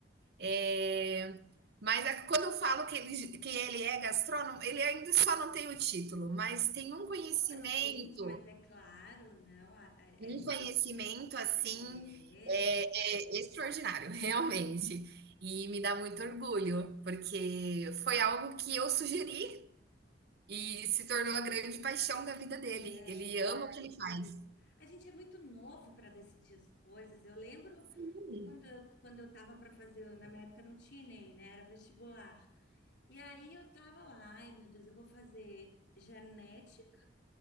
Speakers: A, on the right; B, on the left.
A: É, mas é, quando eu falo que ele, que ele é gastrônomo, ele ainda só não tem o título, mas tem um conhecimento
B: Cla- Gente, mas é claro, não. a- a- essa-
A: um conhecimento,
B: e-
A: assim,
B: é,
A: eh, é extraordinário, <laughs> realmente. E me dá muito orgulho, porque foi algo que eu sugeri e se tornou a grande paixão da vida dele.
B: e aí
A: Ele
B: ele
A: ama
B: descobriu.
A: o que ele faz.
B: A gente é muito novo para decidir as coisas. Eu lembro
A: Sim.
B: que quando eu, quando eu estava para fazer, na minha época não tinha nem, né? Era vestibular. E aí eu tava lá, ai meu Deus, eu vou fazer genética,